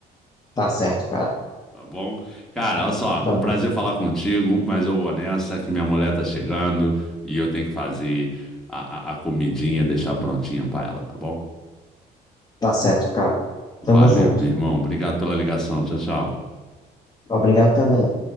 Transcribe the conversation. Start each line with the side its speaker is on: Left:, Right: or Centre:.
Left: tá certo, cara.
Centre: tá bom? Cara, olha só,
Left: Tá,
Centre: um
Left: bom.
Centre: prazer falar contigo, mas eu vou nessa que minha mulher tá chegando e eu tenho que fazer a, a, a comidinha, deixar prontinha pra ela, tá bom?
Left: tá certo, cara.
Centre: Valeu,
Left: Tamo junto.
Centre: meu irmão. Obrigado pela ligação. Tchau, tchau.
Left: Obrigado também.